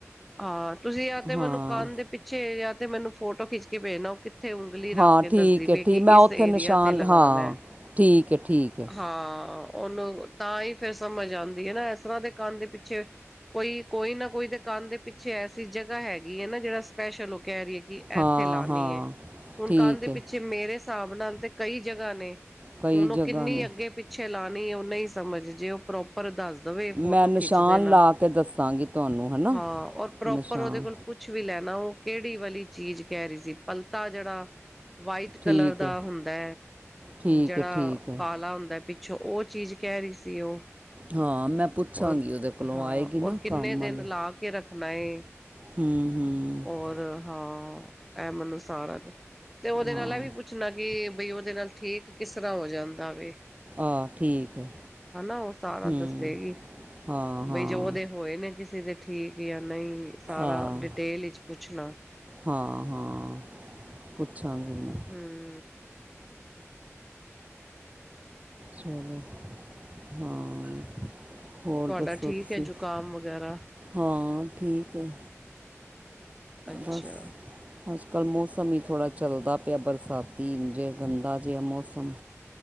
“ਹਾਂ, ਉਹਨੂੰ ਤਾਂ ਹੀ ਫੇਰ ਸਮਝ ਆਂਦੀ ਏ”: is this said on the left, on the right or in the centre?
Centre